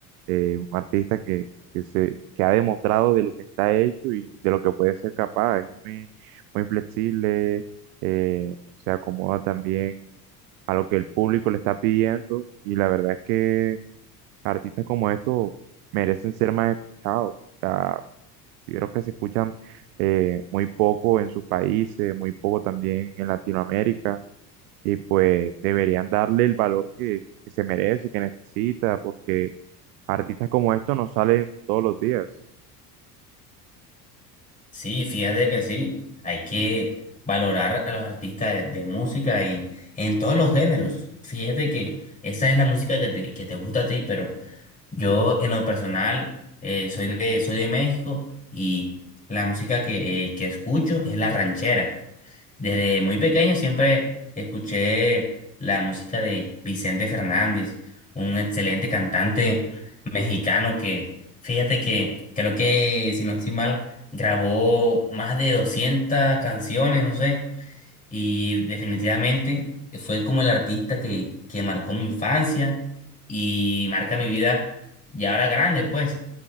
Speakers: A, on the right (about 70°); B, on the left (about 15°).
A: eh, un artista que, que, se, que ha demostrado de lo que está hecho y de lo que puede ser capaz. Es muy, muy flexible, eh, se acomoda también a lo que el público le está pidiendo y la verdad es que artistas como estos merecen ser más escuchados. O sea, creo que se escuchan eh, muy poco en sus países, muy poco también en Latinoamérica, y pues deberían darle el valor que, que se merece, que necesita, porque artistas como estos no salen todos los días.
B: Sí, fíjate que sí. Hay que valorar a los artistas de, de música en, en todos los géneros. Fíjate que esa es la música que te, que te gusta a ti, pero Yo en lo personal eh, soy de, soy de México y la música que, eh, que escucho es la ranchera. Desde muy pequeño siempre escuché la música de Vicente Fernández, un excelente cantante mexicano que, fíjate que creo que, si no estoy mal, grabó más de 200 canciones, no sé, y definitivamente fue como el artista que, que marcó mi infancia y marca mi vida ya ahora grande, pues,